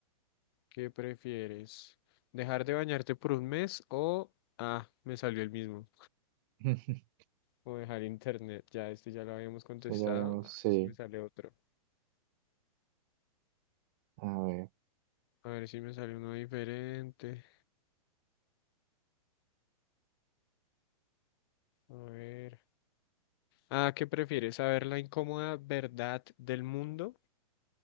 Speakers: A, on the left; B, on the right.
A: ¿qué prefieres? ¿Dejar de bañarte por un mes o... Ah, me salió el mismo.
B: <laughs>
A: O dejar internet. Ya, este ya lo habíamos contestado.
B: eso ya habíamos,
A: A ver
B: sí,
A: si me sale otro.
B: a ver.
A: A ver si me sale uno diferente. A ver. Ah, ¿qué prefieres? ¿Saber la incómoda verdad del mundo